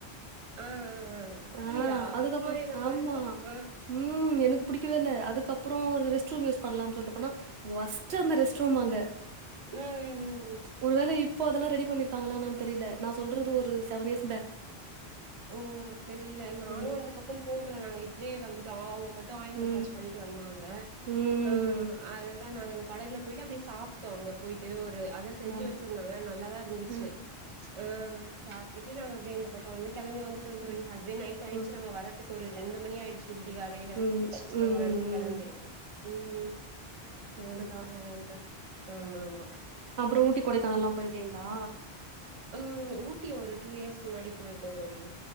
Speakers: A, on the right; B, on the right.
A: ஆ அப்டியா
B: ஆ அதுக்கப்பறோ
A: அது மாரிலாமா
B: ஆமா
A: இருக்கு ஆ
B: ம் எனக்கு பிடி க்கவே இல்ல அதுக்கப்பறோ ரெஸ்ட் ரூம் யூஸ் பண்லான் சொல்ட்டு போனா ஒஸ்ட்டு அந்த ரெஸ்ட் ரூம் அங்க
A: ம் ம் ம் ம்
B: ஒரு வேல இப்ப அதல்லா ரெடி பண்ணிருக்காங்களா என்னனு தெரில நா சொல்றது ஒரு செவன் இயர்ஸ் பேக்
A: ஓ தெரில நானு
B: ம்
A: அந்த பக்கம் போகல நாங்க இப்டியே வந்துட்டோ அவுங்க மட் டு ஆயில்
B: ம்
A: மசாஜ் பண்ணிட்டு வந்தாங்க
B: ம்
A: அ அதுதா நாங்க அந்த படகுல போயிட்டு அப்டியே சாப் ட்டோ அங்க போயிட்டு ஒரு அத செஞ்சு
B: ஆ
A: வெச்சிருந்தாங்க நல்லாதா இருந்துச்சு
B: அ
A: ஆ சாப்டுட்டு நாங்க அப்டியே இந்த பக்கோ வந்து கெழம்பி வந்துட்டோ தோழி
B: ம்
A: அதுவே நைட் ஆயிடுச்சு
B: ம்
A: நாங்க வரத்துக்கு ஒரு ரெண்டு மணி ஆயிடுச் விடி காலேல
B: ம் ம்
A: அங்க இருந்து கெளம்பி
B: ம்
A: ம்
B: அதுதா
A: அதான் த ஆமா ஆமா
B: அப்புற ஊட்டி கொடைக்கானல்லா போயிருக்கீங்களா
A: ம் ஊட்டி ஒரு டூ இயர்ஸ்க் முன்னாடி போயிருக்கோ தோழி